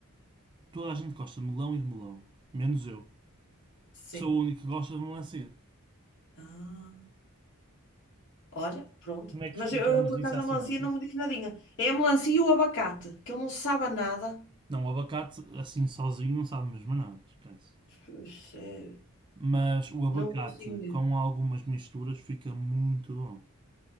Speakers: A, on the right; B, on the left.
A: toda a gente gosta de melão e de melão. Menos eu,
B: Sim.
A: que sou o único que gosta de melancia.
B: Ah, olha, pronto.
A: Como é que
B: Mas
A: explicamos
B: eu, eu, por
A: isso
B: acaso,
A: à
B: a
A: ciência?
B: melancia não me diz nadinha. É a melancia e o abacate, que ele não sabe a nada.
A: Não, o abacate assim sozinho não sabe mesmo a nada, esquece.
B: Pois, é,
A: Mas o abacate
B: Não consigo ver.
A: com algumas misturas fica muito bom.